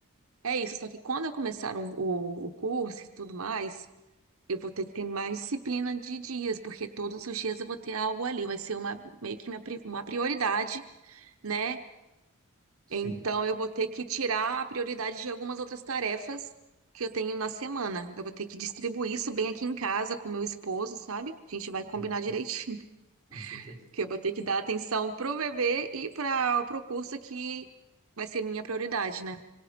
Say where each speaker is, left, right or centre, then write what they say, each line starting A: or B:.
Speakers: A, on the right; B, on the right.
A: É isso, só que quando eu começar um- o, o curso e tudo mais, eu vou ter que ter mais disciplina de dias, porque todos os dias eu vou ter algo ali, vai ser uma meio que minha pri- uma prioridade, né?
B: Sim,
A: Então eu vou ter que tirar a prioridade de algumas outras tarefas que eu tenho na semana. Eu vou ter que distribuir isso bem aqui em casa com meu esposo, sabe? A gente vai combinar
B: Uhum.
A: direitinho,
B: com certeza.
A: <laughs> que eu vou ter que dar atenção pro bebê e para pro curso que vai ser minha prioridade, né?